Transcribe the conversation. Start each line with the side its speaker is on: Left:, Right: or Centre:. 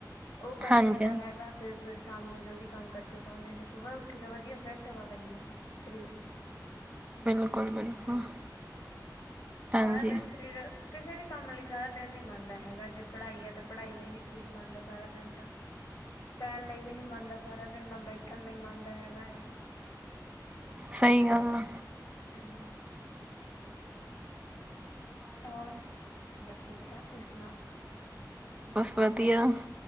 Left: ਉਹ ਕਰ
Right: ਹਾਂਜੀ
Left: ਲਈਦਾ
Right: ਹਾਂਜੀ
Left: ਹੈਗਾ ਫੇਰ ਫਿਰ ਸ਼ਾਮ ਨੂੰ ਜਲਦੀ ਕੰਮ ਕਰਕੇ ਸੌ ਜਾਂਦਾ ਸੁਬਾਹ ਉੱਠੀ ਤਾਂ ਵਧੀਆ ਫਰੈਸ਼ ਹਵਾ ਪੈਂਦੀ ਹੈ ਤ੍ਰ ਨੂੰ
Right: ਬਿਲਕੁਲ ਬਿਲਕੁਲ
Left: ਹਨਾ
Right: ਹਾਂਜੀ
Left: ਸਾਰਾ ਦਿਨ ਸਰੀਰ ਕਿਸੇ ਵੀ ਕੰਮ ਲਈ ਸਾਰਾ ਦਿਨ ਨੀ ਮੰਨਦਾ ਹੈਗਾ ਜੇ ਪੜ੍ਹਾਈ ਆ ਤਾਂ ਪੜ੍ਹਾਈ ਲਈ ਨੀ ਸਰੀਰ ਮੰਨਦਾ ਸਾਰਾ ਦਿਨ ਤਾਂ ਪੈਣ ਲਈ ਵੀ ਨੀ ਮੰਨਦਾ ਸਾਰਾ ਦਿਨ ਨਾਲ ਬੈਠਣ ਲਈ ਮੰਨਦਾ ਹੈਗਾ ਇਹ
Right: ਸਹੀ ਗੱਲ ਐ।
Left: ਹਾਂਜੀ। ਹੋਰ ਬਸ ਠੀਕ ਠਾਕ, ਤੁਸੀਂ ਸੁਨਾਓ।
Right: ਬਸ ਵਧੀਆ।